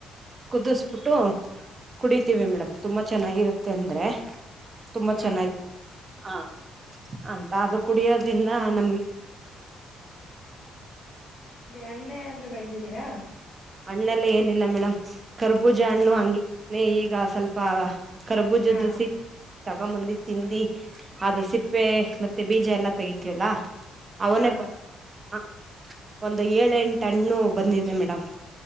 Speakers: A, on the right; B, on the left.
A: ಕುದಿಸಬಿಟ್ಟು ಕುಡಿತೀವಿ ಮೇಡಮ್ ತುಂಬಾ ಚೆನ್ನಾಗಿರುತ್ತೆ ಅಂದ್ರೆ ತುಂಬಾ
B: ಹಾ
A: ಚೆನ್ನಾಗಿ ಹಾ ಅಂತ ಅದು ಕುಡಿಯದು ಇದ್ರಂದ ನಮಗೆ
B: ಅಣ್ಣೆ ಅಂದ್ರೂ ಬೆಳೆದಿದ್ದೀರಾ
A: ಹಣ್ಣೆಲ್ಲ ಏನಿಲ್ಲ ಮೇಡಮ್ ಕರ್ಬುಜಾಾಣು
B: ಹಾ
A: ಹಂಗ ಈಗ ಈಗ ಸ್ವಲ್ಪ ಕರಬೂಜ್ದ
B: ಹಾ
A: ಸಿ ತಾಗ ಮಂದಿ ತಿಿಂದಿ ಅದು ಸಿಪ್ಪೆ ಮತ್ತೆ ಬೀಜ ಎಲ್ಲ ತೆಗತಲ್ಲ ಅವನೇಪ್ಪ
B: ಹಾ
A: ಹ ಒಂದು ಏಳ ಎಂಟು ಹಣ್ಣು ಬಂದಿದೆ ಮೇಡಮ್